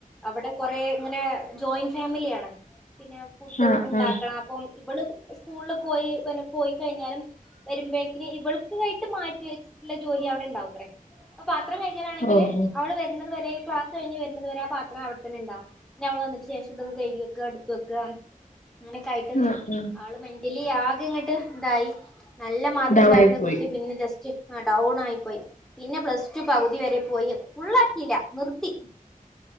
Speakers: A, in the centre; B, on the left.
A: അവിടെ കൊറേ ഇങ്ങനെ ജോയിന്റ് ഫാമിലിയാണ് പിന്നെ ഫുഡും
B: ആഹ്
A: ഉണ്ടാക്കണം
B: ആഹ്
A: അപ്പൊ ഇവള് സ്കൂളിൽ പോയി പോയിക്കഴിഞ്ഞാലും വരുമ്പോഴേക്കിന് ഇവൾക്ക് ആയിട്ട് മാറ്റി വെച്ചിട്ടുള്ള ജോലി അവിടെ ഉണ്ടാവുത്ര ഇപ്പൊ പത്രം കഴി അങ്ങനെയാണങ്കിൽ
B: ഓഹ് ഓഹ്
A: അവള് വരുന്നത് വരെ ക്ലസ് കഴിഞ് വരുന്നത് വരെ ആ പത്രം അവിടെ തന്നെണ്ടും പിന്ന അവൾ വന്നിട്ട് ശേഷം കഴികി വെക്ക ഇട്ത്ത് വെക്ക അങ്ങനെയൊക്കെ ആയിട്ട്
B: ആഹ് ആഹ്
A: ആൾ ഇതില് ആദ്യംഇങ്ങോട്ട് ഇതായി നല്ല മാർക്ക്
B: ഡൗൺ
A: ഉണ്ടായിരുന്ന
B: ആയി പോയി
A: കുട്ടി പിന്നെ ജസ്റ്റ് ആഹെ ഡൗൺ ആയി പോയി പിന്നെ പ്ലസ് ടു പകുതി വരെ പോയി ഫുള്ളാക്കിയില്ല നിർത്തി